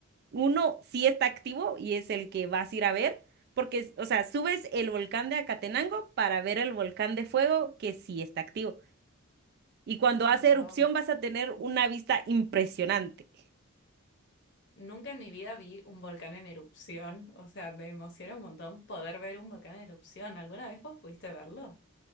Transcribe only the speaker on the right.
Uno sí está activo y es el que vas a ir a ver, porque, es- o sea, subes el volcán de Acatenango para ver el volcán de fuego que sí está activo. Y cuando
hace erupción
vas a tener una vista impresionante.